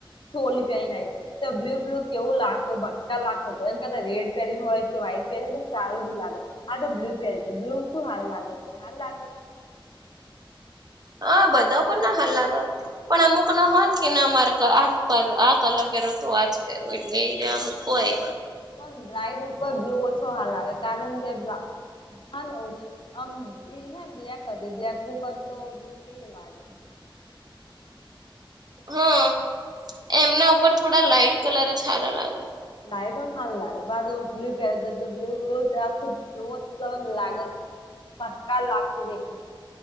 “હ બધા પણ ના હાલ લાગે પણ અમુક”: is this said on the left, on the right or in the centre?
Right